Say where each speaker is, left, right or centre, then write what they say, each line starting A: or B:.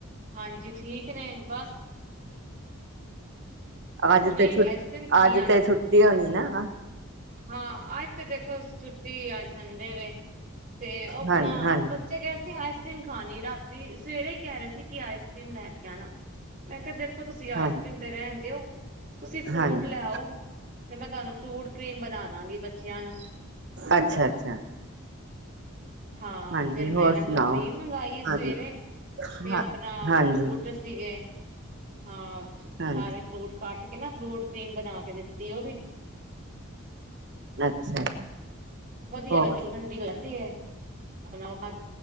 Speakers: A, on the right (about 40°); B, on the right (about 55°).
A: ਹਾਂਜੀ ਠੀਕ ਨੇ ਬਸ
B: ਅੱਜ
A: ਹੁਣੇ
B: ਤੇ ਛੁ
A: ਆਈਸ ਕਰ੍ਰੀਮ ਖਾਣੀ
B: ਅੱਜ ਤੇ ਛੁੱਟੀ ਹੋਣੀ ਨਾ ਹਨਾ
A: ਹਾਂ ਆੱਜ ਤੇ ਦੇਖੋ ਛੁੱਟੀ ਅੱਜ ਸੰਡੇ ਵੇ। ਤੇ ਅਪਣਾ
B: ਹਾਂਜੀ ਹਾਂਜੀ
A: ਬੱਚੇ ਕੈ ਤੇ ਆਈਸ-ਕ੍ਰੀਮ ਖਾਣੀ ਰਾਤੀ ਸਵੇਰੇ ਈ ਕੈ ਰੇ ਸੀ ਕਿ ਆਈਸ-ਕ੍ਰੀਮ ਲੈ ਕੇ ਆਣਾ। ਮੈਂ ਕੇਆ ਦੇਖੋ ਤੁਸੀਂ ਆਈਸ-ਕ੍ਰੀਮ
B: ਹਾਂਜੀ
A: ਤੇ ਰੈਣ ਦਓ, ਤੁਸੀਂ ਫਰੂਟ
B: ਹਾਂਜੀ
A: ਲੈ ਆਓ। ਤੇ ਮੈਂ ਤਾਨੂੰ ਫਰੂਟ ਕ੍ਰੀਮ ਬਣਾ ਦਾਂਗੀ ਬੱਚਿਆਂ ਨੂੰ।
B: ਅੱਛਾ-ਅੱਛਾ।
A: ਹਾਂ
B: ਹਾਂਜੀ
A: ਫੇਰ
B: ਹੋਰ
A: ਮੈਂ ਐਨਾਂ
B: ਸੁਣਾਓ
A: ਕੋਲ ਕਰੀਮ ਮੰਗਾਈ ਆ ਸਵੇਰੇ,
B: ਹਾਂਜੀ ਹਾਂ
A: ਤੇ ਆਪਣਾ
B: ਹਾਂਜੀ
A: ਫਰੂਟ ਸੀਗੇ ਹਾਂ
B: ਹਾਂਜੀ
A: ਸਾਰੇ ਫਰੂਟ ਕੱਟ ਕੇ- ਨਾ ਫਰੂਟ ਕਰੀਮ ਬਣਾ ਕੇ ਦਿੱਤੀ, ਓ ਵੀ
B: ਅੱਛਾ।
A: ਵਧੀਆ
B: ਹੋਰ
A: ਲੱਗੀ ਠੰਡੀ ਹੋ ਜਂਦੀ ਏ ਅਪਣਾ ਓ ਖਾ